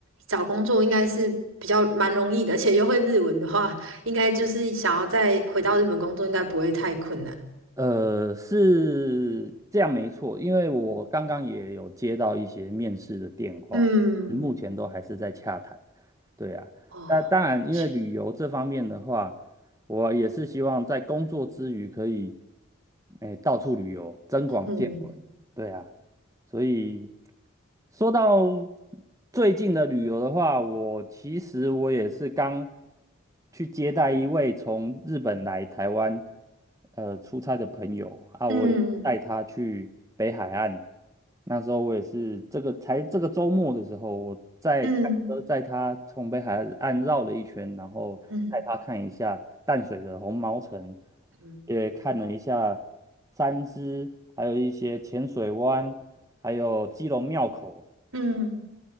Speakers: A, on the right (about 85°); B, on the right (about 15°).
A: 找工作应该是比较蛮容易的，而且又会日文的话，应该就是想要再回到日本工作，应该不会太困难。
B: 呃，是这样没错，因为我刚刚也有接到一些面试的电话，
A: 嗯，
B: 目前都还是在洽谈。对啊，
A: 哦，
B: 那当然，因为旅游这方面的话，
A: 确
B: 我也是希望在工作之余可以，哎，到处旅游，增广见闻。
A: 嗯
B: 对啊，所以说到最近的旅游的话，我其实我也是刚去接待一位从日本来台湾呃出差的朋友啊，
A: 嗯
B: 我也是带他去北海岸。那时候我也是这个才这个周末的时候，我在开车载他从北海岸绕了一圈，
A: 嗯
B: 然后带他看一下淡水的红毛城，
A: 嗯嗯
B: 也看了一下三芝，还有一些浅水湾，还有基隆庙口
A: 嗯，